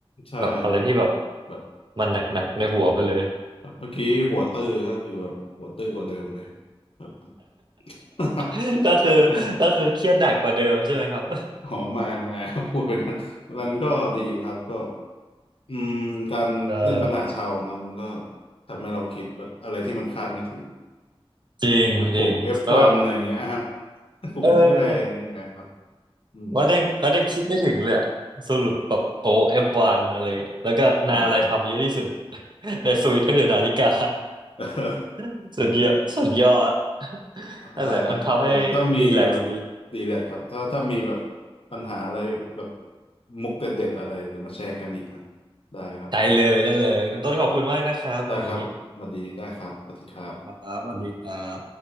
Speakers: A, on the left; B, on the right.
A: ใช่ครับ
B: แบบอะไรที่แบบ
A: แบบ
B: มันหนักๆในหัวไปเลย
A: แบบเมื่อกี้หัวตื้อก็คือแบบหัวตื้อกว่าเดิมเลยแบบ <laughs>
B: <laughs> ก็คือก็คือเครียดหนักกว่าเดิมใช่ไหมครับ
A: เอออ๋อไม่ไม่ <laughs> พูดไปงั้นมันก็ดีครับก็อืมการเล่นปัญหาชาวเนาะมันก็
B: ได้
A: ทำให้เราคิดแบบอะไรที่มันคาดไม่ถึง
B: จริงจริงแล้วแบบ
A: อย่างปุ่ม F1 อะไงเงี้ย <laughs> ฮะปุ่มที่แรงนะครับ
B: เออ
A: อืม
B: ว่าแดงว่าแดงคิดไม่ถึงเลยอะสรุปแบบโอเอฟวันอะไรเงี้ยแล้วก็นาอะไรทำเยอะที่สุด
A: เออ
B: <laughs> ในสวิตก็คือนาฬิกา
A: <laughs>
B: <laughs> สุดเยอะสุดยอดนั่นแหละมันทำให้รีแลกซ์ดี
A: ได้ครับเดี๋ยวถ้ามีแบบดีแหละครับถ้าถ้ามีแบบปัญหาอะไรแบบมุกเด็ดๆอะไรเดี๋ยวมาแชร์กันอีกนะได้ครับ
B: ได้เลยได้เลยคุณต้นขอบคุณมากนะครับวันนี้
A: ได้ครับสวัสดีได้ครับสวัสดีครับ
B: ครับสวัสดีครับ